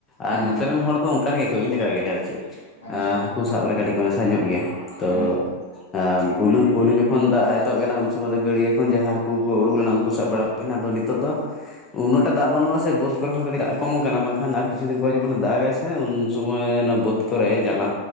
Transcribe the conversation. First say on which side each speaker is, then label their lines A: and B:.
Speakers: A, on the left; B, on the left.
A: ᱦᱮᱸ
B: ᱟᱨ ᱱᱚᱛᱮ
A: ᱦᱮᱸ
B: ᱨᱮᱱ ᱦᱚᱲ ᱫᱚ ᱚᱱᱠᱟᱱ ᱜᱮᱭᱟ ᱛᱚ ᱤᱧ ᱞᱮᱠᱟ ᱜᱮ ᱟᱨ ᱪᱮᱫ,
A: ᱟᱪᱪᱷᱟ
B: ᱮᱸ ᱦᱟᱹᱠᱩ ᱥᱟᱵ ᱨᱮ ᱠᱟᱹᱴᱤᱡ ᱠᱚ ᱱᱮᱥᱟ ᱧᱚᱜ ᱜᱮᱭᱟ, ᱛᱚ
A: ᱦᱮᱸ
B: ᱦᱮᱸ ᱵᱩᱞᱩ ᱯᱩᱭᱞᱩ ᱡᱚᱠᱷᱚᱱ ᱫᱟᱜ ᱮᱛᱚᱦᱚᱵ ᱮᱱᱟ ᱩᱱ ᱥᱚᱢᱚᱭ ᱫᱚ ᱜᱟᱹᱲᱭᱟᱹ ᱠᱷᱚᱱ ᱡᱟᱦᱟᱸ ᱦᱟᱹᱠᱩ ᱠᱚ ᱩᱰᱩᱠ ᱞᱮᱱᱟ ᱩᱱᱠᱩ ᱥᱟᱵ ᱵᱟᱲᱟ ᱦᱩᱭᱱᱟ ᱟᱫᱚ ᱱᱤᱛᱚᱜ ᱫᱚ ᱩᱱᱟᱹᱜᱴᱟᱜ ᱫᱟᱜ ᱵᱟᱹᱱᱩᱜᱼᱟ ᱥᱮ ᱵᱟᱹᱫᱽ ᱠᱚᱨᱮ ᱦᱚᱸ ᱠᱟᱹᱴᱤᱡ ᱫᱟᱜ ᱠᱚᱢ ᱠᱟᱱᱟ ᱵᱟᱝᱠᱷᱟᱱ ᱟᱨ ᱠᱤᱪᱷᱩ ᱫᱤᱱ ᱯᱚᱨᱮ ᱡᱚᱠᱷᱚᱱᱮ ᱫᱟᱜ ᱟᱭᱥᱮ ᱮᱸ ᱩᱱ ᱥᱚᱢᱚᱭ ᱚᱱᱟ ᱵᱟᱹᱫᱽ ᱠᱚᱨᱮ ᱡᱟᱞᱟ